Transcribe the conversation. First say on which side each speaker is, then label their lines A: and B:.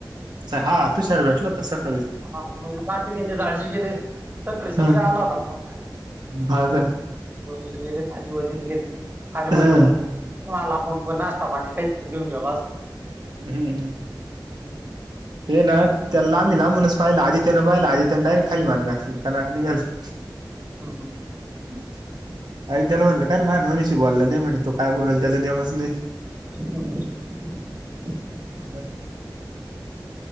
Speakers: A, on the right; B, on the right.
A: च हा तुषार भेटला होता सक
B: हा मग मी काजी घेते दाजी गेले सकळी
A: हा
B: सकळी आला होता फोन
A: हा का हा
B: वनीला गेले दाजी वनील गेले खाली म्हटलं
A: हम्म
B: मग मला पण प नाश्ता पाणी काहीतरी घेऊन गेला असतो.
A: हम्म हम्म
B: हम्म
A: हे ना त्या लामिला लामूनच पाहिलं आधी त्यानं पाहिलं आधी त्यानं डायरेक्ट खाली मान घातली कनाट निघालं. <inaudible>
B: हम हम
A: <inaudible> अय त्याला म्हनलं काय र मह्या नवराशी बोलला नाही म्हणे तो काय बोलल त्याचा नेमच नाही.
B: <unintelligible>
A: <unintelligible>